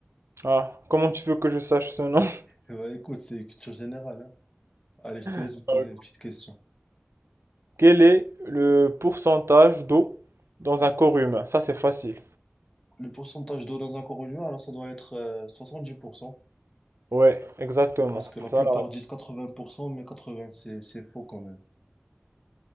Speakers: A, on the right; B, on the left.
A: Ah, comment tu veux que je sache ce nom? <laughs>
B: Bah, écoute, c'est culture générale. hein. Allez, je te laisse
A: Ah,
B: me poser
A: ok.
B: une petite question.
A: Quel est le pourcentage d'eau dans un corps humain? Ça, c'est facile.
B: Le pourcentage d'eau dans un corps humain, alors ça doit être euh, 70%,
A: Ouais, exactement.
B: parce que la
A: Ça,
B: plupart
A: là,
B: disent 80%, mais 80%, c'est, c'est faux quand même.